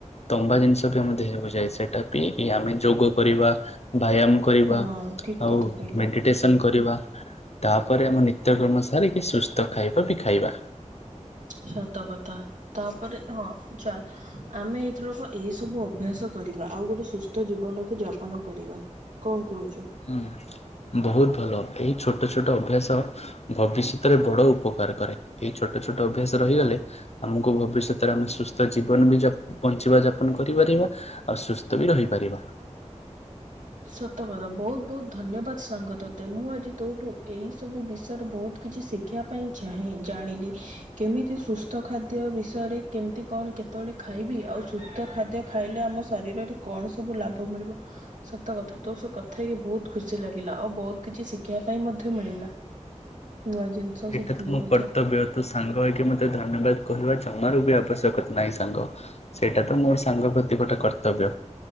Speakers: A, on the left; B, on the right.
A: ତମ୍ବା ଜିନିଷ ବି ଆମ ହେକୁ ଯାଏ ସେଇଟା ପିଇକି ଆମେ ଯୋଗ କରିବା ବ୍ୟାୟାମ କରିବା
B: ହଁ ଠିକ
A: ଆଉ
B: କଥା
A: <unintelligible>
B: କହିଲୁ
A: କରିବା ତାପରେ ଆମ ନିତ୍ୟକର୍ମ ସାରିକି ସୁସ୍ଥ ଖାଇବା।
B: ସତକଥା ତାପରେ ହଁ ଚା ଆମେ ଏଇଥରକ ଏଇ ସବୁ ଅଭ୍ୟାସ କରିବା ଆଉ ଗୋଟେ ସୁସ୍ଥ ଜୀବନକୁ ଯାପନ କରିବା। କଣ କହୁଚୁ?
A: ହୁଁ ବହୁତ ଭଲ, ଏଇ ଛୋଟ ଛୋଟ ଅଭ୍ୟାସ ଭବିଷ୍ୟତରେ ବଡ଼ ଉପକାର କରେ ଏହିଇ ଛୋଟ ଛୋଟ ଅଭ୍ୟାସ ରହିଲେ ଆମକୁ ଭବିଷ୍ୟତରେ ଆମେ ସୁସ୍ଥ ଜୀବନ ବି ବଞ୍ଚିବା ଯାପନ କରିପାରିବା। ଆଉ ସୁସ୍ଥ ବି ରହିପାରିବା।
B: ସତ କଥା ବହୁତ ବହୁତ ଧନ୍ୟବାଦ ସାଙ୍ଗ ତୋତେ ମୁଁ ଆଜି ତୋଠୁ ଏଇ ସବୁ ବିଷୟରେ ବୋହୁତ କିଛି ଶିଖିବା ପାଇଁ ଚାଁ ଜାଣିଲି କେମିତି ସୁସ୍ଥ ଖାଦ୍ୟ ବିଷୟରେ କେମିତି କଣ କେତେବେଳେ ଖାଇବି? ଆଉ ସୁସ୍ଥ ଖାଦ୍ୟ ଖାଇଲେ ଆମ ଶରୀରରେ କଣ ସବୁ ଲାଭ ମିଳିବ? ସତ କଥା ତୋ ସ କଥା ହେଇକି ବହୁତ ଖୁସି ଲାଗିଲା ଆଉ ବହୁତ କିଛି ଶିଖିବା ପାଇଁ ମଧ୍ୟ ମିଳିଲା। ନୂଆ ଜିନିଷ
A: ଏଇଟା
B: ଶିଖିଲି
A: ମୋ
B: ମଧ୍ୟ।
A: କର୍ତ୍ତବ୍ୟ ତ ସାଙ୍ଗ ହେଇକି ମତେ ଧନ୍ୟବାଦ କହିବା ଜମାରୁ ବି ଆବଶ୍ୟକତା ନାହିଁ ସାଙ୍ଗ। ସେଇଟା ତ ମୋର ସାଙ୍ଗ ପ୍ରତି ଗୋଟେ କର୍ତ୍ତବ୍ୟ।